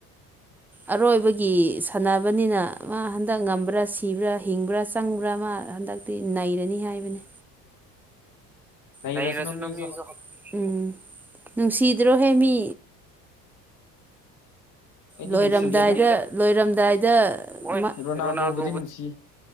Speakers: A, in the centre; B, on the left.
A: ꯑꯔꯣꯏꯕꯒꯤ ꯁꯥꯟꯅꯕꯅꯤꯅ ꯃꯥ ꯍꯟꯗꯛ ꯉꯝꯕ꯭ꯔꯥ ꯁꯤꯕ꯭ꯔꯥ ꯍꯤꯡꯕ꯭ꯔꯥ ꯆꯪꯕ꯭ꯔꯥ ꯃꯥ ꯍꯟꯗꯛꯇꯤ ꯅꯩꯔꯅꯤ ꯍꯥꯏꯕꯅꯤ
B: ꯅꯩꯔꯁꯅꯨ
A: ꯅꯩꯔꯁꯥꯅꯨ
B: ꯃꯤꯁꯨ
A: ꯃꯤꯖꯨ ꯎꯝ ꯅꯨꯡꯁꯤꯗ꯭ꯔꯣ ꯍꯦ ꯃꯤ
B: ꯑꯩꯗꯤ
A: ꯂꯣꯏꯔꯝꯗꯥꯏꯗ
B: ꯅꯨꯡꯁꯤꯗꯦꯗ
A: ꯂꯣꯏꯔꯝꯗꯥꯏꯗ ꯍꯣꯏ
B: ꯔꯣꯅꯥꯜꯗꯣꯕꯨꯗꯤ
A: ꯔꯣꯅꯜꯗꯣꯕꯨꯗꯤ
B: ꯅꯨꯡꯁꯤ